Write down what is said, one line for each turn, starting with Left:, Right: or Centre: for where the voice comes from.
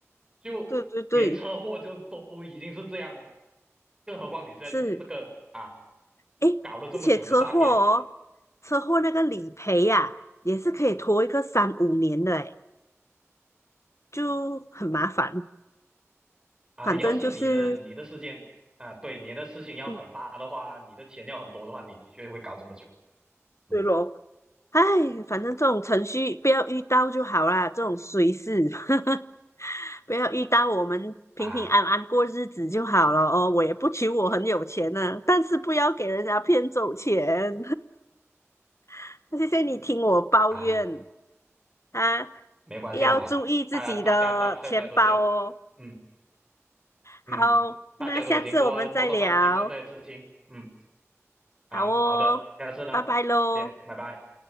Right: 就连车祸就都已经是这样了，
Left: 对对对，
Right: 更何况你在这这个啊
Left: 是，哎，
Right: 搞了这么久的诈骗
Left: 而且车祸哦，车祸那个理赔呀、也是可以拖一个三五年的，哎，就很麻烦。
Right: 啊，
Left: 反正就是，
Right: 要是你的你的事件啊，对你的事情要很大的话，
Left: 嗯，
Right: 你的钱要很多的话，你的确会搞这么久，嗯
Left: 对咯，哎，反正这种程序不要遇到就好啦，这种衰事，<laughs> 不要遇到，我们平平安安过日子就好了哦。
Right: 啊
Left: 我也不求我很有钱呢、但是不要给人家骗走钱。<laughs> 谢谢你听我抱怨。
Right: 啊，
Left: 啊，
Right: 没关系啦，
Left: 要注意自己的钱包哦。
Right: 大家大家大家都是，嗯嗯，
Left: 好，
Right: 大家都有经过多多少少经过这些事情，
Left: 那下次我们再聊。
Right: 嗯啊，
Left: 好哦，
Right: 好的，下次呢，
Left: 拜拜喽。
Right: 谢谢，拜拜。